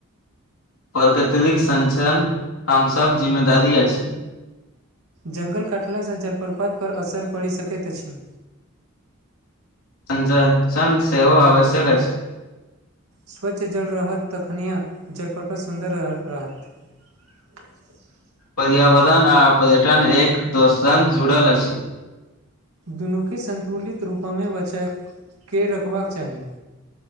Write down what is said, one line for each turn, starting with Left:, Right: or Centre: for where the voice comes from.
Left: प्रकृतरिक स्चन हमसब जिम्मेदारी अछि छी
Right: जङ्गल कटलासँ जलप्रपात पर असर पड़ि सकैत अछि
Left: न सेहो सेहो आवश्यक अछि अछि
Right: स्वच्छ जल रहत तखनिएे जलपर्पच सुन्दर रहत <inaudible>
Left: पर्यावरण आ पर्यटन एक दोसान जुड़ल अछि
Right: दुनूके सतुलित रूपमे बचाक के रखबाक चाही